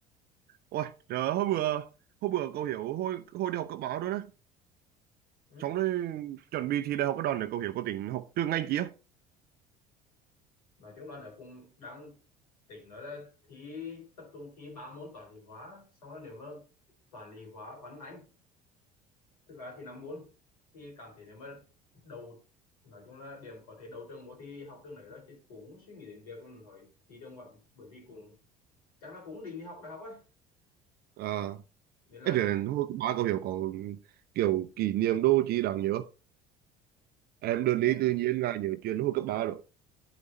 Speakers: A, on the right (about 55°); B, on the left (about 85°).
A: ôi trời hôm bữa hôm bữa cậu hiểu hồi hồi đi học cấp báo đó đó
B: ừ.
A: xong rồi chuẩn bị thi đại học cái đòn này cậu hiểu có tính học trường ngành chi không
B: nói chung là nó cũng đang tỉnh nói là thi tập trung thi ba môn toán lý hóa xong là nếu mà toán lý hóa văn anh tức là thì năm môn thì cảm thấy nếu mà đầu nói chung là điểm có thể đầu trường vô thi học trường này đó chứ cũng suy nghĩ đến việc là hỏi thi trường ngoại bởi vì cũng chắc là cũng định đi học đại học ấy
A: à
B: nên là
A: ấy rồi hồi cấp ba cậu hiểu có kiểu kỷ niệm đô chi đáng nhớ em
B: có
A: đừng
B: chứ
A: đi tự nhiên là nhớ chuyện hồi cấp ba rồi